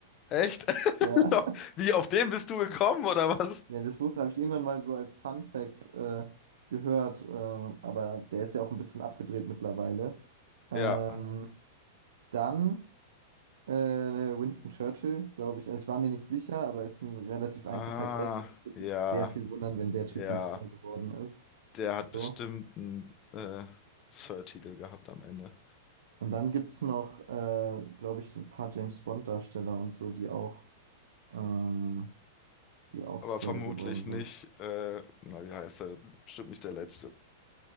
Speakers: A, on the left (about 30°); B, on the right (about 85°).
A: Echt? <laughs>
B: Ja. <laughs>
A: Wie, auf den bist du gekommen oder was?
B: Ja, das wusste, habe ich irgendwann mal so als Fun Fact äh, gehört. Äh, aber der ist ja auch ein bisschen abgedreht mittlerweile. Ähm,
A: Ja.
B: dann. Äh, äh, Winston Churchill, glaube ich. Also ich war mir nicht sicher, aber ist ein relativ einfacher
A: Ah,
B: Guess und es würde
A: ja,
B: mich sehr viel wundern, wenn der Typ
A: ja.
B: nicht so geworden ist.
A: Der hat
B: So.
A: bestimmt einen äh, Sir-Titel gehabt am Ende.
B: Und dann gibt es noch, äh, glaube ich, ein paar James Bond-Darsteller und so, die auch, ähm, die auch
A: Aber
B: Sir
A: vermutlich
B: geworden sind.
A: nicht, äh, na, wie heißt er? Bestimmt nicht der letzte.